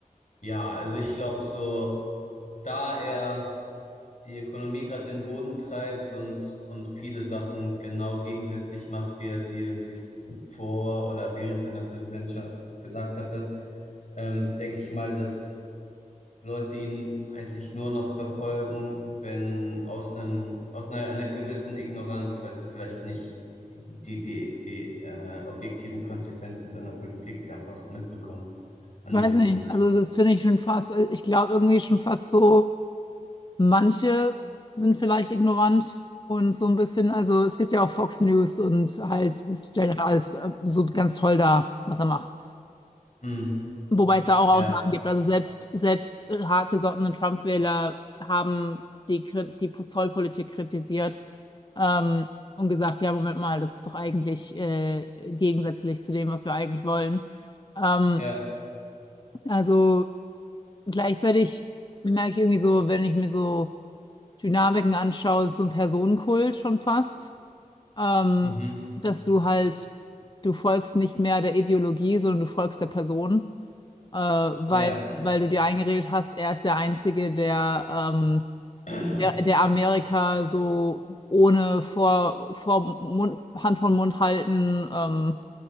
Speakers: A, on the left; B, on the left.
A: ja, also ich glaube so, da er die Ökonomie gerade den Boden treibt und, und viele Sachen genau gegensätzlich macht, wie er sie irgendwie vor oder während seiner Präsidentschaft gesagt hatte, ähm, denke ich mal, dass Leute ihn eigentlich nur noch verfolgen, wenn aus einem, aus einer, einer gewissen Ignoranz, weil sie vielleicht nicht die, die, die, die äh, objektiven Konsequenzen seiner Politik einfach mitbekommen an
B: Ich weiß
A: diesem
B: nicht.
A: Punkt.
B: Also das finde ich schon fast, äh, ich glaube irgendwie schon fast so, manche sind vielleicht ignorant und so ein bisschen, also es gibt ja auch Fox News und halt, es stellt ja alles äh, so ganz toll dar, was er macht.
A: Hm,
B: Wobei es da auch
A: ja,
B: Ausnahmen gibt. Also selbst, selbst äh, hartgesottene Trump-Wähler haben die, Kri- die Zollpolitik kritisiert ähm, und gesagt, ja, Moment mal, das ist doch eigentlich äh, gegensätzlich zu dem, was wir eigentlich wollen. Ähm,
A: ja,
B: also gleichzeitig merke ich irgendwie so, wenn ich mir so Dynamiken anschaue, so ein Personenkult schon fast, ähm,
A: mhm,
B: dass du halt, du folgst nicht mehr der Ideologie, sondern du folgst der Person äh, weil,
A: ja,
B: weil du dir eingeredet hast, er ist der Einzige, der, ähm,
A: <clears throat>
B: der, der Amerika so ohne vor, vor Mund, Hand von Mund halten, ähm,